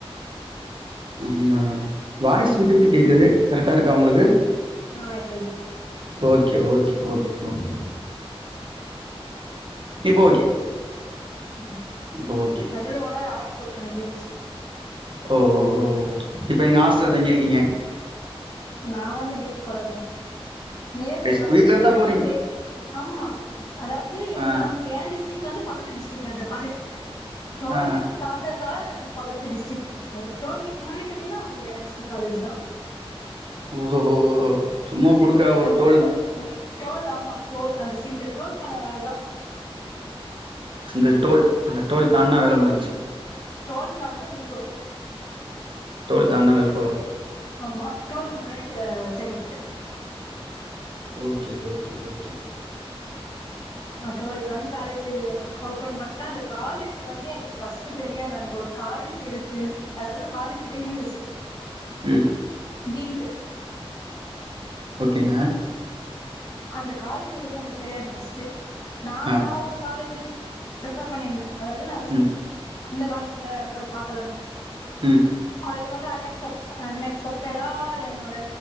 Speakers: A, on the right (about 55°); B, on the left (about 40°).
A: உண்ம தான் வாய்ஸ் விட்டு விட்டு கேக்குது கரெக்டா இருக்கா உங்களுக்கு
B: ஆமா விட்டு விட்டு
A: ஓகே ஓகே ஓகே ஓகே இப்போ ஓகே
B: உம்
A: இப்போ ஓகே
B: <unintelligible> குட்கனெக்ட் ஆயிடுச்சு
A: ஓ ஓ ஓ இப்ப நீங்க ஆஹாஸ்டல்ல தங்கிருக்கீங்க
B: நான் வந்து டேஸ் காலர் தான் நியர் பை
A: டெஸ்க்
B: காலேஜ்
A: வீட்ல இருந்து
B: தான் எனக்கு
A: போறீங்க
B: ஆமா அதாவது என்ல
A: ஆ
B: என் டிஸ்டிக்ல இருந்து பக்கத்து டிஸ்ட்ரிக் அந்த காலேஜ் டோல்கட்
A: ஆ
B: தாண்டதுனால அதுக்கு பக்கத்து டிஸ்டிக் டோல்கட் முன்னாடி கட்டி இருந்தா அது என் டிஸ்டிக் காலேஜ் தான்
A: ஓ ஓஓஓ சும்மா குடுக்கா
B: கூட இல்லங்க
A: ஒரு டோல் தான்
B: டோல் ஆமா டோல் அந்த சிங்கிள் டோல் பண்ண வேலைதான்
A: சிங்கிள் டோல் அந்த டோல் தானா வேலை முடிஞ்சிச்சு
B: டோல் தான்ணா விழுப்புரம்
A: டோல் தான்ணா விழுப்புரம்
B: ஆமா டோலுக்கு முன்னாடி செங்கல்பட்டு
A: ஓகே ஓகே ஓகே
B: ஆஹ் டுவெல்த் தாண்டி காலேஜ் ஓபன் பண்ணிட்டா அந்த காலேஜ் வந்து எனக்கு பஸ்ட் தெரியாது அங்க ஒரு காலேஜ் இருக்குன்னு அதாவது காலேஜ்ல யூனிவர்சிட்டி
A: உம்
B: டிம்டு
A: ஓகேங்க
B: அந்த காலேஜ் இருக்குது எனக்கு தெரியாது பர்ஸ்ட் நான
A: ஆ
B: நான ஒரு காலேஜ் பிரிஃபர் பண்ணியிருந்தேன் அதாவது நான் வச்சிருந்தேன்
A: ம்
B: இந்த காலேஜ்ல போய் பாக்கலான்னு
A: ம்
B: இது வந்து அண்ண அன்எக்சப்டடா என்னோட